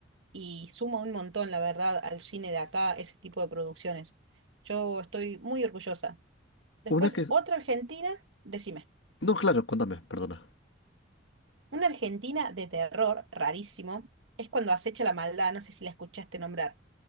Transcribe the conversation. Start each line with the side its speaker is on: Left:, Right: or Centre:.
Right: y suma un montón, la verdad, al cine de acá, ese tipo de producciones. Yo estoy muy orgullosa. Después,
Left: Una que...
Right: otra Argentina, decime,
Left: No, claro, cuéntame, perdona.
Right: una Argentina de terror, rarísimo, es cuando acecha la maldad, no sé si la escuchaste nombrar.